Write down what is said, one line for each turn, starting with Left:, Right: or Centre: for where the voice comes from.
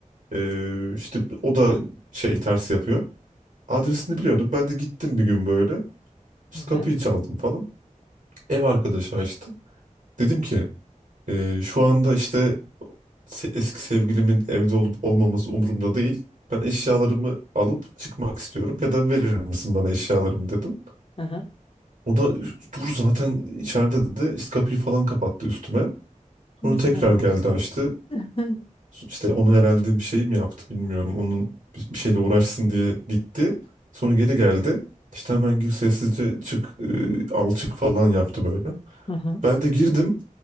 Right: Ee, işte o da şey ters yapıyor. Adresini biliyordum. Ben de gittim bir gün böyle. İşte
Left: Evet.
Right: kapıyı çaldım falan. Ev arkadaşı açtı. Dedim ki "Ee, şu anda işte se- eski sevgilimin evde olup olmaması umurumda değil. Ben eşyalarımı alıp çıkmak istiyorum ya da verir misin bana eşyalarımı dedim.
Left: Aha.
Right: O da dur zaten içeride dedi. İşte kapıyı falan kapattı üstüme.
Left: Nasıl
Right: Sonra tekrar
Left: ya?
Right: geldi açtı.
Left: <laughs>
Right: İşte onu herhalde bir şey mi yaptı bilmiyorum. Onun bir bir şeyle uğraşsın diye gitti. Sonra geri geldi. İşte hemen gir sessizce çık e, al çık falan yaptı böyle.
Left: Aha.
Right: Ben de girdim.